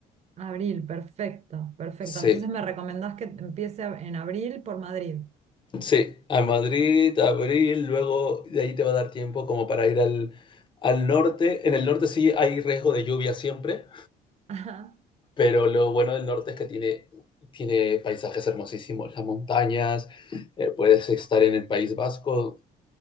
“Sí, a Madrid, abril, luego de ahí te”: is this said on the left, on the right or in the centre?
Left